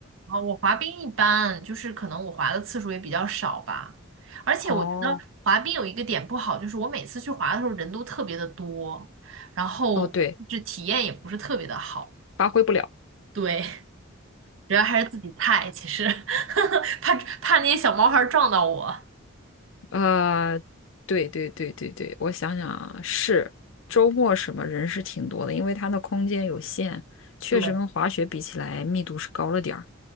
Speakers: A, on the right (about 70°); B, on the left (about 70°).
A: 啊，我滑冰一般，就是可能我滑的次数也比较少吧。
B: <laughs>
A: 而且我觉得滑冰有一个点不好，
B: 哦，
A: 就是我每次去滑的时候人都特别的多，然后这体验也不是特别的好。
B: 哦，对，发挥不了。
A: 对，<laughs> 主要还是自己菜，其实 <laughs> 怕怕那些小毛孩儿撞到我。
B: 呃，对对对对对，我想想啊，是周末什么人是挺多的，因为它的空间有限，确实跟滑雪比起来密度是高了点儿。
A: 对，